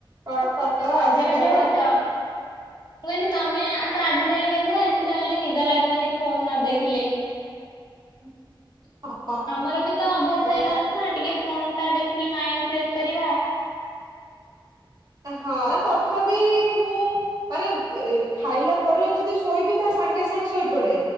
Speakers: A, on the right; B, on the left.
A: କଣ ତମେ ତ
B: ସଜ
A: ଆଜିକାଲିିକା
B: ବାଜ ହଉଛ ମୁଁ କହିଲି ତମେ ଆଉ ତ ଆଜିକାଲିକା ଝିଅ ଏତେ ଜଲଦି ନିଦ ଲାଗିବନି ଫୋନ ନ ଦେଖିଲେ। <inaudible>
A: <inaudible>
B: ଆମର ବି ତ ଅଭ୍ୟାସ
A: କାଲିକା
B: ହେଇଗଲାଣି ନା ଟିକେ ଫୋନ ଟା ଦେଖିକି ମାଇଣ୍ଡ ଫ୍ରେଶ୍ କରିବା।
A: ହଁ ତଥାପି ମୁଁ ମାନେ ଖାଇଲା ପରେ ଯଦି ଶୋଇବି ତାହେଲେ ସାଙ୍ଗେ ସାଙ୍ଗେ ଶୋଇପଡେ।